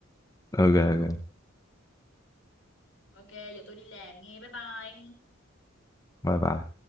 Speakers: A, on the left; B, on the left.
A: ok ok
B: ok giờ tôi đi làm nghe bye bye
A: bye bye